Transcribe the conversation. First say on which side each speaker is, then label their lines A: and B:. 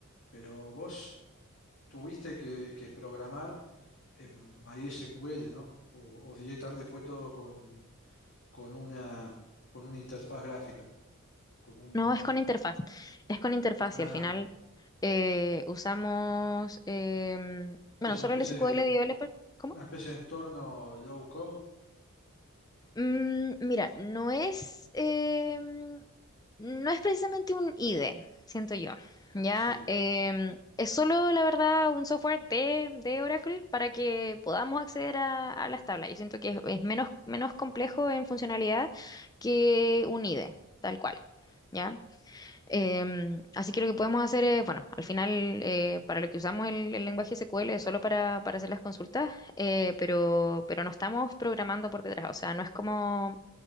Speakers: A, on the left; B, on the left.
A: Pero vos tuviste que, que programar en MySQL, ¿no? O, o directamente fue todo con, con una, con una interfaz gráfica, como un,
B: No, es
A: eh,
B: con interfaz. Es con interfaz
A: ah,
B: y al final eh, usamos, em, bueno,
A: que es una
B: solo
A: especie
B: el SQL
A: de,
B: Developer. ¿Cómo?
A: una especie de entorno low code.
B: Mm, mira, no es, em, no es precisamente un IDE, siento yo. Ya,
A: Sí,
B: Em, es solo, la verdad, un software de, de Oracle para que podamos acceder a, a las tablas. Yo siento que es, es menos, menos complejo en funcionalidad que un IDE, tal cual. ¿Ya? Em, así que lo que podemos hacer es, bueno, al final eh, para lo que usamos el, el lenguaje SQL es solo para, para hacer las consultas, eh, pero, pero no estamos programando por detrás, o sea, no es como